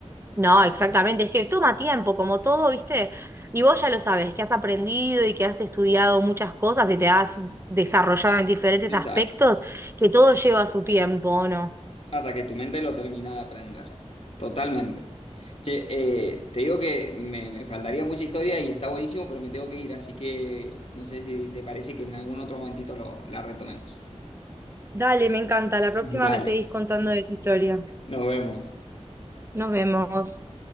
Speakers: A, on the right (about 20°); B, on the left (about 55°).
A: No, exactamente. Es que toma tiempo, como todo, ¿viste? Y vos ya lo sabes, que has aprendido y que has estudiado muchas cosas y te has desarrollado en diferentes
B: Exacto.
A: aspectos, que todo lleva su tiempo, ¿o ¿no?
B: Hasta que tu mente lo termina de aprender. Totalmente. Che, eh, te digo que me, me faltaría mucha historia y está buenísimo, pero me tengo que ir, así que no sé si te parece que en algún otro momentito lo, la retomemos.
A: Dale, me encanta. La próxima
B: <laughs> Dale,
A: me seguís contando de tu historia.
B: nos vemos.
A: Nos vemos.